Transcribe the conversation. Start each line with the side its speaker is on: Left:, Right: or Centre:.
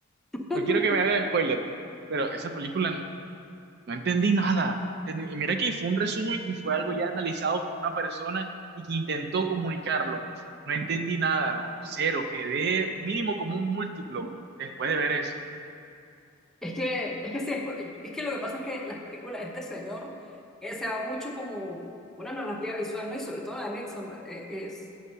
Centre: <laughs>
Right: no quiero que me hagas spoiler, pero esa película no entendí nada. Entendí- Y mira que fue un resumen y fue algo ya analizado por una persona y que intentó comunicarlo. No entendí nada, ¿no? Cero, quedé mínimo como un múltiplo después de ver eso.
Centre: Es que, es que sí, es, co- es que lo que pasa es que las películas de este señor eh, se va mucho como una narrativa visual, ¿no? Y sobre todo la de Midsommar, eh, es,